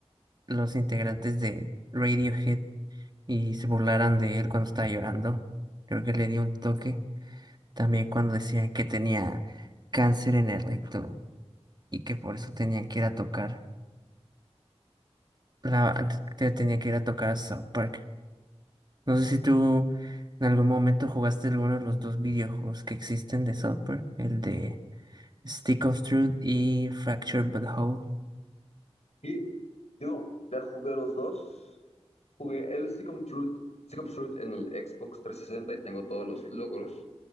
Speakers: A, on the right; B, on the left.
A: los integrantes de Radiohead y se burlaran de él cuando estaba llorando. Creo que le dio un toque. También cuando decían que tenía cáncer en el recto y que por eso tenían que ir a tocar la te- tenía que ir a tocar a South Park. No sé si tú en algún momento jugaste alguno de los dos videojuegos que existen de South Park, el de Stick of Truth y Fractured But Whole.
B: Y yo ya jugué los dos. Jugué el Stick of Truth, Stick of Truth en el Xbox 360 y tengo todos los logros.